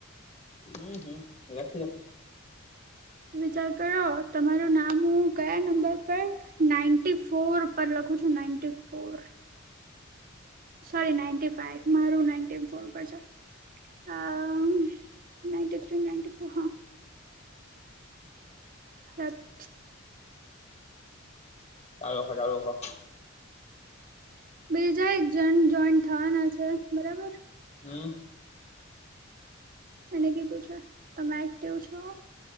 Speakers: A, on the left; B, on the right.
A: હમ હમ રાખી લાવ.
B: વિચાર કરો તમારું નામ હું કયા નંબર પર નાઈન્ટી ફોર પર લખું છુ ninety four sorry ninety five મારું નાઇન્ટી ફોર પરશેટ આ નાઇન્ટી થ્રી નાઇન્ટી ફોર હા. હા <inaudible>
A: ચાલોખો ચાલોખો.
B: બીજા એક જણ જોઈન્ટ થવાના છે બરાબર
A: હમ.
B: એને કીધું છે તમે એક્ટિવ છો